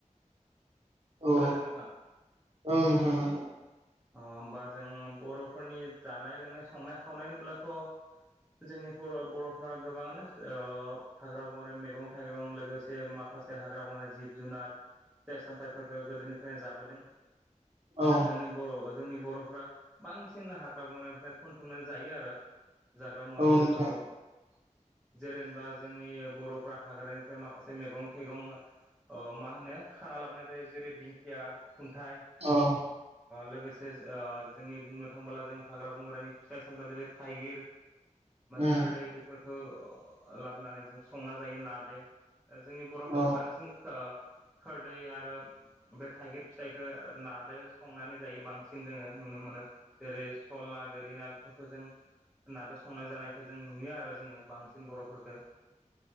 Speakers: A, on the right (about 50°); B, in the centre.
A: औ
B: खोनादों नोंथां।
A: औ नोथां।
B: अ अ होमबा जों बर'फोरनि जानाय लोंनाय संनाय खावनाय होनब्लाथ'। जोंनि बर'फ्रा गोबाङानो हाग्रा बंग्रा मैगं थाइगं लोगोसे माखासे माखासे हाग्रा बंग्रा जिब जुनार फिथाइ सामथाइ फोरखौ गोदोनिफ्रायनो जाबोदों आरो
A: औ
B: जोंनि बर' जोंनि बर'फोरा बांसिन हाग्रा बंग्रानिफ्राय खनथुमनानै जायो आरो। जाग्रा मुवा
A: औ
B: बेसादफोरखौ
A: नोंथां
B: जेरेेनबा जोंनि बर'फ्रा हाग्रानिफ्राय माखासे मेगं गं थाइगं मा होनो खाना लाबोन जायो जेरै दिंखिया खुन्थाइ
A: औ
B: लोगोसे जोंनि बुंनो थाङोबोला जों हाग्रा बंग्रानि फिथाइ सामथाइ जेरै थाइगिर
A: उम
B: खोरदै बेफोरखौ लाबोनानै जों संना जायो नादो। जोंनि बर'फोराथ'
A: औ
B: बांसिन खोरदै आरो बे थाइगिर फिथाइखौ नाजों संनानै जायो। बांसिन जोङो नुनो मोनो जेरै सल ना गोरि ना बेफोरखौ जों होननानै संनाय जानायखौय जों नुयो आरो जोङो बांसिन बर'फोरखो।